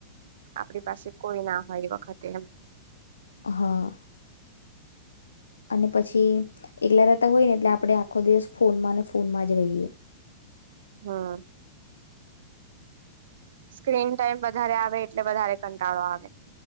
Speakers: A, on the right (about 65°); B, on the left (about 80°).
A: આપણી પાસે કોઈ ના હોય એ વખતે એમ
B: હા. અને પછી એકલા રહેતા હોય ને એટલે આપણે આખો દિવસ ફોનમાં ને ફોનમાં જ રહીએ.
A: હા. સ્ક્રીન ટાઈમ વધારે આ વે એટલે વધારે કંટાળો આવે.